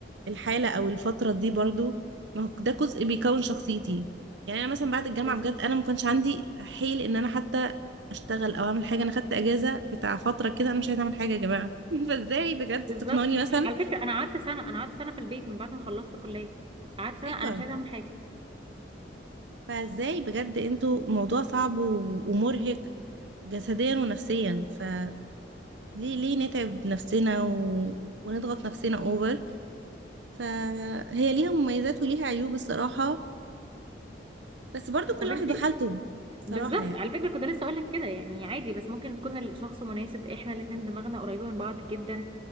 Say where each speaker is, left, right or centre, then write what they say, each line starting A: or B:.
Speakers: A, on the right; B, on the right.
A: الحالة أو الفترة دي برضو ما هو ده جزء بيكون شخصيتي يعني أنا مثلا بعد الجامعة
B: بالظبط
A: بجد أنا ما كانش عندي حيل إن أنا حتى أشتغل أو أعمل حاجة أنا خدت أجازة بتاع فترة كده أنا مش عايزة أعمل حاجة يا جماعة <laughs> فإزاي بجد
B: بالظبط
A: تقنعوني مثلا
B: على فكره انا قعدت سنه انا قعدت سنه في البيت من بعد ما خلصت كليه قعدت سنه
A: أيوه
B: انا مش عايزه اعمل حاجه
A: فإزاي بجد أنتوا موضوع صعب و- ومرهق جسديا ونفسيا فليه ليه نتعب نفسنا و... ونضغط نفسنا أوفر فهي ليها مميزات وليها عيوب الصراحة بس برضو كل
B: طب انت
A: واحد وحالته
B: بالظبط
A: صراحة يعني
B: على فكره كنت لسه اقول لك كده يعني عادي بس ممكن يكون الشخص مناسب احنا الاثنين دماغنا قريبه من بعض جدا